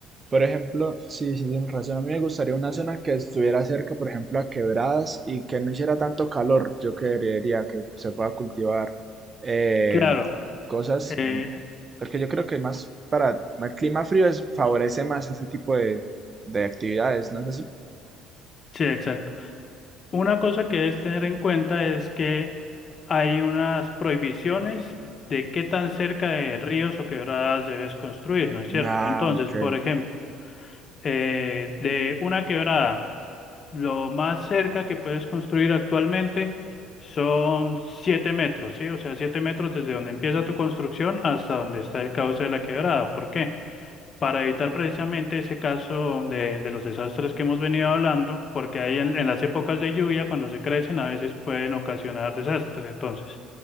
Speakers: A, on the right; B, on the left.
A: Por ejemplo, sí, sí, tienes razón. A mí me gustaría una zona que estuviera cerca, por ejemplo, a quebradas y que no hiciera tanto calor. Yo creería que pues, se pueda cultivar eh,
B: Claro,
A: cosas,
B: eh,
A: eh, porque yo creo que más para el clima frío es, favorece más ese tipo de, de actividades, ¿no es así?
B: sí, exacto. Una cosa que debes tener en cuenta es que hay unas prohibiciones de qué tan cerca de ríos o quebradas debes construir, ¿no es cierto?
A: Ah,
B: Entonces,
A: ok,
B: por ejemplo, eh, de una quebrada, lo más cerca que puedes construir actualmente son 7 metros, ¿sí? O sea, 7 metros desde donde empieza tu construcción hasta donde está el cauce de la quebrada. ¿Por qué? para evitar precisamente ese caso de, de los desastres que hemos venido hablando, porque ahí en, en las épocas de lluvia, cuando se crecen, a veces pueden ocasionar desastres. Entonces,